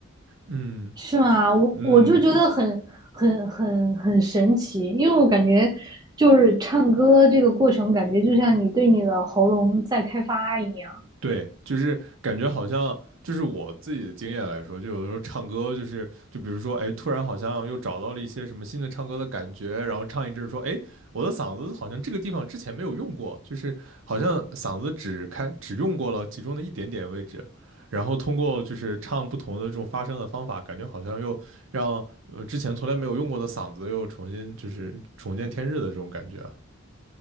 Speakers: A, on the right; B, on the right.
A: 嗯
B: 是吗？我我就觉得很很很很神奇，
A: 嗯，
B: 因为我感觉就是唱歌这个过程，感觉就像你对你的喉咙在开发一样。
A: 对，就是感觉好像，就是我自己的经验来说，就有的时候唱歌，就是就比如说，哎，突然好像又找到了一些什么新的唱歌的感觉，然后唱一阵儿说，哎，我的嗓子好像这个地方之前没有用过，就是好像嗓子只开只用过了其中的一点点位置，然后通过就是唱不同的这种发声的方法，感觉好像又让呃之前从来没有用过的嗓子又重新就是重见天日的这种感觉啊。